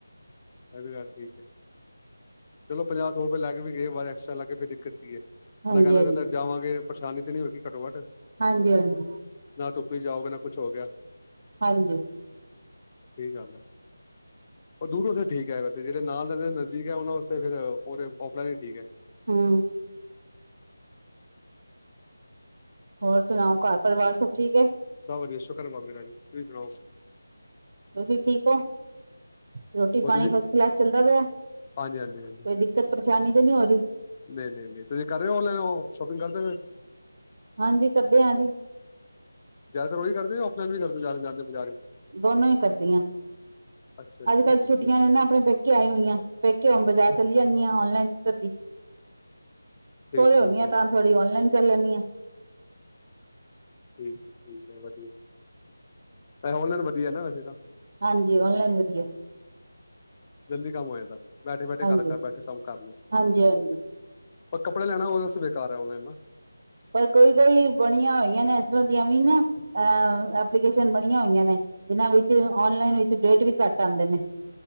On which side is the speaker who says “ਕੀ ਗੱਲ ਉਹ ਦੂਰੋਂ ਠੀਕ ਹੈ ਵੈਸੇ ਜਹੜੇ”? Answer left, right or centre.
Left